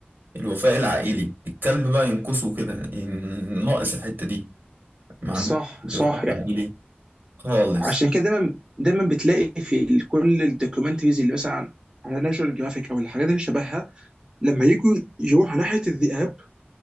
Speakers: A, on the right; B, on the right.
A: الوفاء العائلي الكلب بقى ينقصه كده ين- ناقص الحتة دي ما عندهمش
B: صح
A: وفاء
B: صح يعني
A: عائلي خالص
B: عشان كده دايما دايما بتلاقي في ال- كل الدوكيومنتريز اللي مثلا على ناشونال جرافيك او الحاجات اللي شبهها لما يجوا يروحوا ناحيه الذئاب